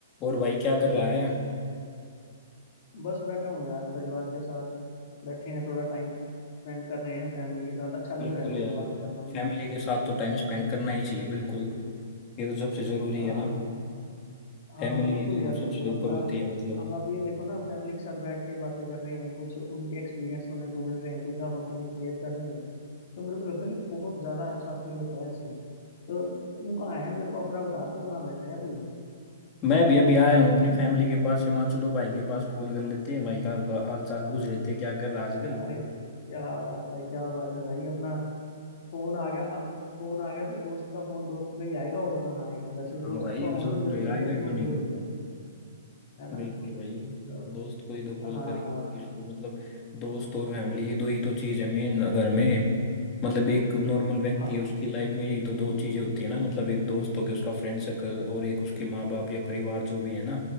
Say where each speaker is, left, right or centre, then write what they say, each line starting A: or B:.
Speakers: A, on the left; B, on the left.
A: और भाई क्या कर रहा है
B: बस बैठा हूँ यार परिवार के साथ बैठे हैं थोड़ा टाइम स्पेंड कर रहे हैं फैमिली के साथ अच्छा लग
A: बिल्कुल
B: रहा है बहुत
A: यार
B: बात करना उनसे
A: फैमिली के साथ तो टाइम स्पेंड करना ही चाहिए बिल्कुल ये तो सबसे जरूरी
B: आ,
A: है ना
B: हाँ
A: फैमिली
B: बिल्कुल
A: तो
B: यार बिल्कुल
A: सबसे ऊपर
B: अपना
A: होती है मतलब
B: अब आप ये देखो ना फैमिली के साथ बैठ के बातें कर रहे हैं कुछ उनके एक्सपीरियंस सुनने को मिल रहे हैं कुछ हम अपने शेयर कर रहे हैं तो मेरे को लगता है कि बहुत ज़्यादा अच्छा फील होता है ऐसे तो तू कहाँ है मेरे को अपना बता तू कहाँ बैठा है अभी
A: मैं भी अभी आया हूँ अपनी
B: हम्म
A: फैमिली के पास मैं चलो भाई के पास कॉल कर लेते हैं भाई का हाल हाल चाल पूछ लेते हैं क्या कर रहा
B: <laughs>
A: है आजकल
B: अरे क्या बात है क्या बात है भाई अपना फोन आ गया अब फोन आ गया तो दोस्त का फोन दोस्त पे ही आएगा और कहाँ आएगा वैसे
A: हाँ
B: दोस्त
A: भाई
B: का होना
A: जरूर
B: भी मेरे
A: है
B: को लगता
A: आएगा
B: है बहुत
A: क्यों
B: जरूरी
A: नहीं
B: है है ना
A: बिल्कुल भाई
B: तो
A: दोस्त को ही तो कॉल
B: हाँ
A: करेंगे
B: हाँ
A: और
B: हाँ
A: किसको मतलब दोस्त और फैमिली ये दो ही तो चीज है मेन अगर में मतलब एक नॉर्मल व्यक्ति
B: हाँ
A: है उसकी लाइफ में यही तो दो चीजें होती है ना मतलब एक दोस्त हो गया उसका फ्रेंड सर्कल और एक उसके माँ बाप या परिवार जो भी है ना